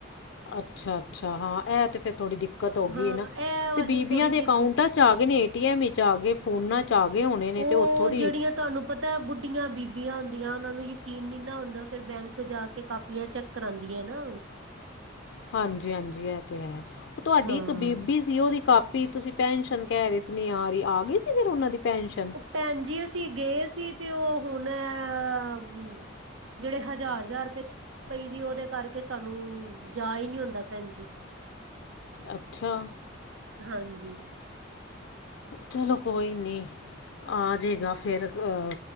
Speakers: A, on the left; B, on the right.
A: ਅੱਛਾ ਅੱਛਾ ਹਾਂ ਐ ਤੇ ਫੇਰ ਥੋੜੀ ਦਿੱਕਤ ਹੋ
B: ਹਾਂ
A: ਗਈ ਏਨਾ
B: ਇਹ ਵਾਲੀ
A: ਤੇ ਬੀਬੀਆਂ
B: ਥੋੜ੍ਹੀ
A: ਦੇ ਅਕਾਊਂਟਾ
B: ਜਿਦੀ
A: ਆ ਗਏ ਨੇ ਏ ਟੀ ਐਮ ਵਿੱਚ ਆ ਗਏ ਫੋਨਾਂ ਚ ਚਾ ਆਗੇ ਹੋਣੇ। ਨੇ
B: ਉਹ
A: ਤੇ ਉੱਥੋਂ ਦੀ
B: ਜਿਹੜੀਆਂ ਤੁਹਾਨੂੰ ਪਤਾ ਤਾਂ ਬੁੱਢੀਆਂ ਬੀਬੀਆਂ ਹੁੰਦੀਆਂ ਉਹਨਾਂ ਨੂੰ ਯਕੀਨ ਨੀ ਨਾ ਹੁੰਦਾ ਫਿਰ ਬੈਂਕ ਜਾ ਕੇ ਕਾਪ ਦੀਆਂ ਚੈੱਕ ਕਰਉਂਦੀਆਂ ਨਾ।
A: ਹਾਂਜੀ ਹਾਂਜੀ ਇਹ ਤੇ ਹੈ ਉਹ ਤੁਹਾਡੀ
B: ਹਾਂ
A: ਇੱਕ ਬੀਬੀ ਸੀ ਉਹਦੀ ਕਾਪੀ ਤੁਸੀਂ ਪੈਨਸ਼ਨ ਕਹਿ ਰਹੇ ਸੀ ਨੀ ਆ ਰਹੀ ਆ ਗਈ ਸੀ ਫਿਰ ਉਹਨਾਂ ਦੀ ਪੈਨਸ਼ਨ!
B: ਉਹ ਭੈਣ ਜੀ ਅਸੀਂ ਗਏ ਸੀ ਤੇ ਉਹ ਹੁਣ ਅ, ਜਿਹੜੇ ਹਜ਼ਾਰ ਹਜ਼ਾਰ ਰੁਪਏ! ਪਈ ਦੀ ਓਦੇ ਕਰਕੇ ਸਾਨੂੰ ਜਾ ਈ ਨੀ ਹੁੰਦਾ ਭੈਣ ਜੀ।
A: ਅੱਛਾ।
B: ਹਾਂਜੀ <inaudible>
A: ਚਲੋ ਕੋਈ ਨੀ। ਆ ਜੇਗਾ ਫੇਰ ਅ